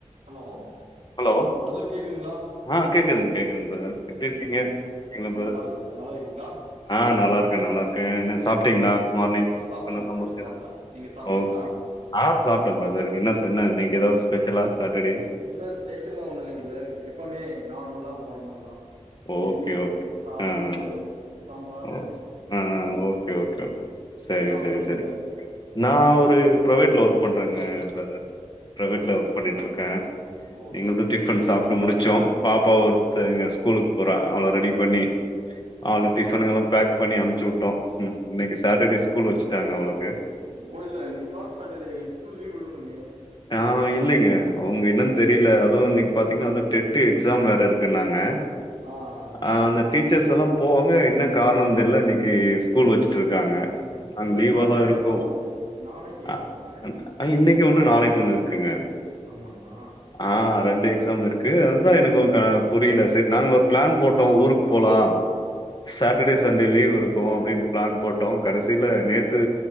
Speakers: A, on the right (about 75°); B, on the left (about 40°).
A: Hello
B: hello
A: brother கேக்குதுங்களா
B: ஆ கேக்குதுங்கே கேக்குதுங்கே பிரதர் எப்படி இருக்கீங்கே என்ன பிரதர்
A: நல்ல இருக்கே பிரதர் நல்லா இருக்கிங்களா
B: ஆ நல்லா இருக்கே நல்லா இருக்கே என்னே சாப்பிட்டீங்களா மார்னிங்
A: ம் சாப்ட்டே
B: பண்ணே
A: பிரதர்
B: <unintelligible>
A: சாப்ட்டே நீங்க சாப்ட்டீங்களா
B: ஓக்கே சாப்பிட்டே பிரதர் என்னார் என்னா இ இன்னைக்கி ஏதாவது ஸ்பெஷலா சாட்டர்டே
A: பிரதர் ஸ்பெஷல்ல ஒண்ணு இல்லைங்க பிரதேர் எப்போமே நார்மலா போற மாரிதா
B: ஓக்கே
A: இட்லி
B: ஓக்கே
A: சாதம்
B: அ அ
A: ச சாம்பார்
B: ஓ ஆ ஆ
A: இந்த
B: ஓக்கே
A: மாரிதா பிரதர்
B: ஓக்கே ஓக்கே சரி
A: என்ன
B: சரி
A: ஒர்க் பண்றீங்க
B: சரி
A: பிரதர்
B: நா ஒரு ப்ரைவேட்ல ஒர்க் பண்றேங்கே பிரதர் பிரைவேட்ல
A: பிரைவேட்டுங்களா
B: ஒர்க் பண்ணிட்டு இருக்கே
A: ஓகே
B: இங்கே
A: ஓகே
B: டிஃபன் சாப்பிட்டு முடிச்சோ பாப்பா ஒருத்தங்க ஸ்கூலுக்கு போறா அவள ரெடி பண்ணி அவளே
A: ஓகே
B: டிஃபனு எல்லா பேக் பண்ணி அனுப்ச்சி விட்டோ இன்னைக்கு சாட்டர்டே ஸ்கூல் வச்சுட்டாங்கா அவளுக்கு
A: ஒ இல்ல இன்னிக்கு ஃபஸ்ட்டு சேட்டர்டே ஸ்கூல் லீவு விடனுமே
B: ஆ இல்லைங்க அவங்க என்னன் தெரில அதுவு இன்னிக் பாத்தீங்கன்னா அதுவு டெட் எக்ஸாம் வேற இருக்குன்னாங்க
A: ஆ
B: ஆ
A: ஆமா
B: அந்த
A: ஆமா
B: டீச்சர்ஸ் எல்லா போவாங்க என்ன கார்ணோன் தெர்ல இன்னிக்கு ஸ்கூல் வச்சிட்ருக்காங்க
A: இல்ல
B: அங்
A: பிரதர்
B: லீவாதா
A: நாளைக்கு தா
B: இருக்கு
A: எக்ஸாமா உங்களுக்கு நாளைக்கு எக்ஸாமு
B: ஆ ஆ இன்னிக்கு ஒன்னு நாளைக்கு ஒன்னு இருக்குங்க
A: ஆமாங்ளா
B: ஆ ரெண்டு எக்ஸாம் இருக்கு அதுதா எனக்கு கா புரில சேர் நாங்க ஒர்க் பிளான் போட்டோ ஊருக்கு போலா சாட்டர்டே சண்டே லீவ் இருக்கு
A: ஆ
B: அப்பிடின் பிளான் போட்டோ கடசில நேத்து